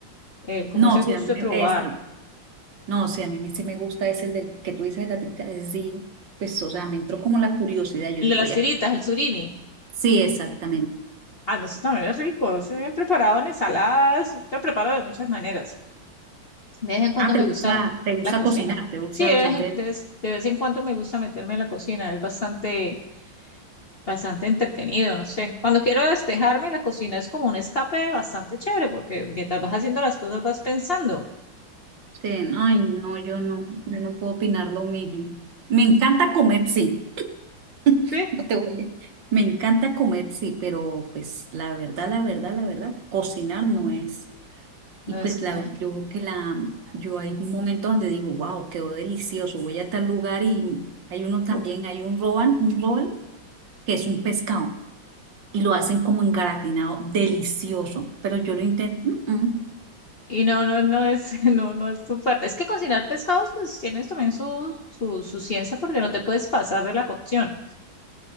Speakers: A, on the left; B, on the right.
A: el, como
B: No,
A: ese gusto
B: sí, a mí
A: de
B: me,
A: probar.
B: esta, no, sí, a mí me, sí me gusta ese el del que tú dices de la trita, es sí, pues, o sea, me entró como la curiosidad, yo
A: El
B: dije,
A: de
B: voy
A: las tiritas,
B: a,
A: el surimi.
B: sí, exactamente.
A: Ah, no, eso también es rico. Se bien preparado en ensaladas. Lo preparo de muchas maneras. De vez en cuando
B: Ah, te
A: me
B: gusta,
A: gusta
B: te gusta
A: la cocina.
B: cocinar, te gusta
A: Sí, de
B: bastante,
A: vez, en- de vez- de vez en cuando me gusta meterme a la cocina. Es bastante, bastante entretenido, no sé. Cuando quiero despejarme, la cocina es como un escape bastante chévere porque mientras vas haciendo las cosas vas pensando.
B: sí, no, ay, no, yo no, yo no puedo opinar lo mismo. Me encanta comer, sí,
A: Sí.
B: <laughs> no te voy a- me encanta comer, sí, pero pues la verdad, la verdad, la verdad, cocinar no es.
A: No
B: Y pues
A: es,
B: la,
A: no
B: yo que la, yo hay momentos donde digo, wow, quedó delicioso, voy a tal lugar y hay uno también, hay un roban, un roll que es un pescado y lo hacen como engaratinado, delicioso, pero yo lo intento, "Mm, mm".
A: Y no, no, no es, <laughs> no, no es tu fuerte. Es que cocinar pescados, pues tienes también su, su, su ciencia porque no te puedes pasar de la cocción.